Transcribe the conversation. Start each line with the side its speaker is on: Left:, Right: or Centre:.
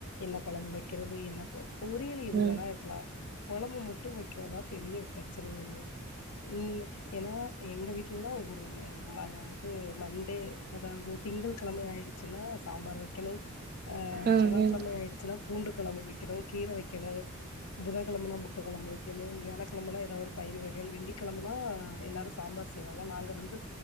Left: என்ன கொழம்பு வெக்கெறது என்ன கொ பொரியல் எது
Right: ம்
Left: வேணா இருக்லா கொழம்பு மட்டு வெக்கெறத்தா பெரிய ப்ரச்சனயேமு ம் என்னன்னா எங்க வீட்லெல்லா ஒரு ம அது மண்டே அதாவ்து திங்கள்கெழமை ஆயிடுச்சின்னா சாம்பார் வெக்கெணு அ
Right: ம்
Left: செவ்வாய்
Right: ம்
Left: க்ழமை ஆயிடுச்சுனா பூண்டு கொழம்பு வெக்கெணு கீர வெக்கெணு புதன் கெழமன்னா முட்ட கொழம்பு வெக்கெணு வியாழக்கெழமன்னா எதாவ்து பயிரு வகைகள் வெள்ளிக்கெழமன்னா எல்லாரு சாம்பார் சா செய்வங்க நாங்க வந்து